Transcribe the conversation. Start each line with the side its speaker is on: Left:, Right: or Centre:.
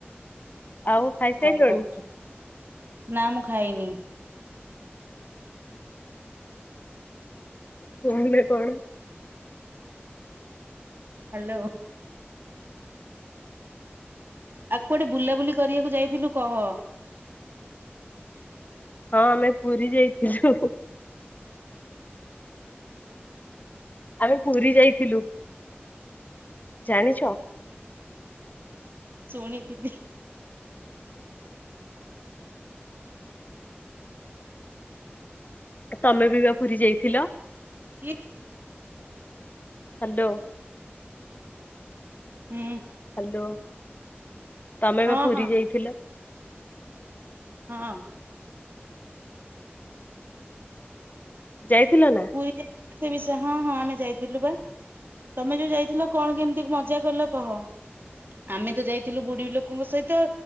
Left: ଆଉ ଖାଇସାରିଲଣି
Right: କଣ କରୁଚୁ ନା ମୁଁ ଖାଇନି।
Left: କମରେ କଣ।
Right: ହ୍ୟାଲୋ। ଆଉ କୁଆଡେ ବୁଲାବୁଲି କରିବାକୁ ଯାଇଥିଲୁ କହ।
Left: ହଁ ଆମେ ପୁରୀ ଯାଇଥିଲୁ। ଆମେ ପୁରୀ ଯାଇଥିଲୁ ଜାଣିଚ।
Right: ଶୁଣିଥିଲି।
Left: ତମେ ବି ବା ପୁରୀ ଯାଇଥିଲ।
Right: କି
Left: ହ୍ୟାଲୋ।
Right: ହୁଁ
Left: ହ୍ୟାଲୋ ତମେ
Right: ହଁ
Left: ବା ପୁରୀ
Right: ହଁ
Left: ଯାଇଥିଲ।
Right: ହଁ।
Left: ଯାଇଥିଲ ନା
Right: ପୁରୀ ଯାଇଥିଲୁ ସେ ବିଷୟ ହଁ ହଁ ଆମେ ଯାଇଥିଲୁ ବା। ତମେ ଯୋଉ ଯାଇଥିଲ କଣ କେମିତି ମଜା କଲ କହ। ଆମେ ତ ଯାଇଥିଲୁ ବୁଢୀ ଲୋକଙ୍କ ସହିତ।